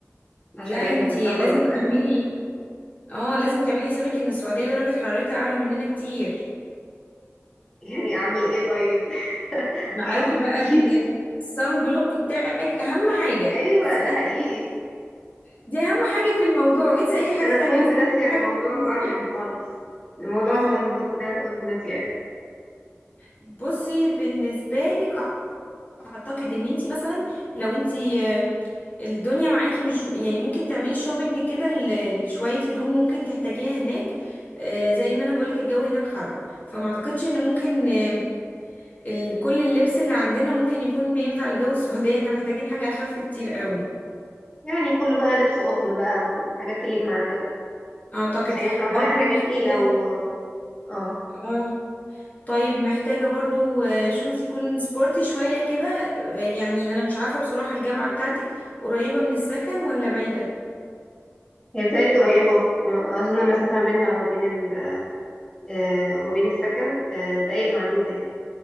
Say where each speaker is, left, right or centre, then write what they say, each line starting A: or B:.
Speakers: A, on the left; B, on the left.
A: لا
B: عشان اجهز
A: انتي
B: للسفر
A: لازم
B: مثلا
A: تعملي اه لازم تعملي حسابك ان السعوديه درجه حرارتها اعلى مننا كتير
B: <laughs> يعني اعمل ايه طيب <laughs>
A: معاكي
B: هروح بتكييف
A: بقى ال- الصن بلوك بتاعك اهم حاجه
B: ده- ايوه
A: ص-
B: ده حقيقي
A: دي اهم حاجه في الموضوع وانسي اي
B: ده
A: حاجه
B: انا
A: تانية
B: كنت
A: بس دي
B: ناسيه
A: اهم
B: الموضوع
A: حاجه بالنسبه
B: فعلا
A: لي
B: خالص الموضوع
A: اه
B: الصن بلوك ده كنت ناسياه
A: بصي بالنسبه لك اعتقد ان انتي مثلا لو انتي آه، الدنيا معاكي مش يعني ممكن تعملي شوبينج كده ل- لشويه هدوم ممكن تحتاجيها هناك آه، زي ما انا بقولك الجو هناك حر فما اعتقدش ان ممكن آه، ال- كل اللبس اللي عندنا ممكن يكون بينفع لجو السعوديه احنا محتاجين حاجه اخف كتير قوي
B: يعني كله بقى لبس قطن بقى وحاجات تليق مع الجو
A: اعتقد
B: مش هينفع
A: برضو
B: بقى حاجه
A: محتاجة
B: تقيله و اه
A: اه طيب محتاجة برضو آه، شوز يكون سبورتي شوية كده آه، يعني انا مش عارفة بصراحة الجامعة بتاعتك قريبة من السكن ولا بعيدة
B: هي بتهيألي قريبه اظن المسافه ما بينها وبين ال آه، وما بين السكن آه، دقايق معدوده يعني